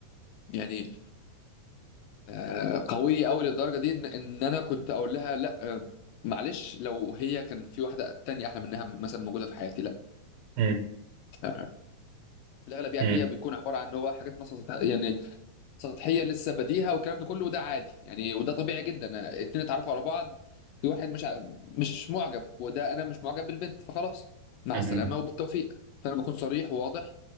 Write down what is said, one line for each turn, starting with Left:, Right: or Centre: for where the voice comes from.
Left: يعني آه، قويه قوي للدرجه دي ان إن انا كنت اقول لها لا آه، معلش لو هي كان في واحده تانية احلى منها مثلا موجوده في حياتي لا
Right: مم.
Left: آه، الاغلب يعني
Right: مم.
Left: هي بيكون عباره عن هو حاجات مثلا سطح- يعني سطحيه لسه بديهه والكلام ده كله وده عادي يعني وده طبيعي جدا آه، اتنين اتعرفوا على بعض في واحد مش ع- مش معجب وده انا مش معجب بالبنت فخلاص مع
Right: مم.
Left: السلامه وبالتوفيق فانا بكون صريح وواضح